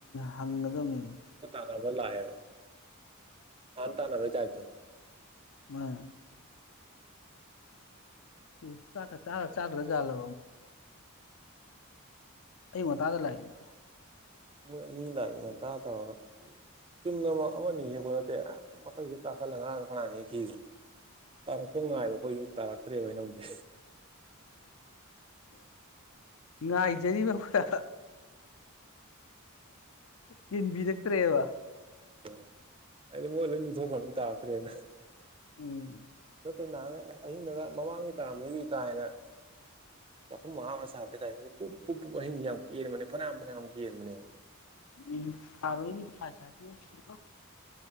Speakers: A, on the left; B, on the right.
A: ꯍꯪꯒꯗꯝꯅꯤꯅꯦ
B: ꯇꯥꯟꯅꯕ ꯂꯥꯛꯑꯦꯕ ꯍꯥꯟ ꯇꯥꯟꯅꯕꯩ ꯇꯥꯞꯏꯇ
A: ꯎꯝ ꯎꯝ ꯆꯥꯛꯀ ꯆꯥꯔ ꯆꯥꯗ꯭ꯔꯖꯥꯠꯂꯣ ꯑꯩ ꯉꯥꯗ ꯂꯥꯛꯏꯒꯦ
B: ꯃꯣꯏ ꯑꯅꯤ ꯂꯥꯛꯏ ꯉꯟꯇꯥ ꯇꯧꯔꯒ ꯆꯨꯝꯅ ꯑꯃ ꯑꯅꯤ ꯍꯦꯛꯄ ꯅꯠꯇꯦ ꯍꯦꯛꯇ ꯃꯊꯛꯁꯤꯗ ꯀꯥꯈꯠꯂꯒ ꯉꯔꯥꯡꯁꯨ ꯐꯅꯌꯥꯝ ꯍꯦꯛꯈꯤꯌꯦꯕ ꯇꯥꯔꯛꯄ ꯉꯥꯏꯕ ꯑꯩꯈꯣꯏꯁꯨ ꯇꯥꯔꯛꯇ꯭ꯔꯦꯕ ꯍꯩꯅꯧꯗꯤ
A: ꯑꯥꯏꯖꯔꯤꯕꯥꯎꯈ ꯀꯤꯟꯕꯤꯔꯛꯇ꯭ꯔꯦꯕ
B: ꯑꯣ ꯍꯥꯏꯗꯤ ꯃꯣꯏ ꯂꯣꯏꯅꯤ ꯊꯣꯛꯈ ꯇꯥꯛꯇ꯭ꯔꯦꯅ
A: ꯎꯝ
B: ꯅ ꯀꯩ ꯅꯍꯥꯟꯩ ꯑꯍꯤꯡꯗꯒ ꯃꯃꯥꯡꯒꯤꯩ ꯇꯥꯔꯝꯒꯤꯗꯤ ꯀꯥ ꯍꯦꯅ ꯆꯥꯛꯈꯨꯝ ꯃꯉꯥ ꯑꯃ ꯁꯥꯕ ꯇ ꯍꯥꯏꯕꯅꯤꯅ ꯄꯨ ꯄꯨꯛ ꯄꯨ ꯑꯍꯤꯡꯁꯤ ꯌꯥꯝ ꯀꯦꯟꯕꯅꯦ ꯐꯅꯌꯥꯝ ꯐꯅꯌꯥꯝ ꯀꯦꯟꯕꯅꯦꯕ
A: <unintelligible>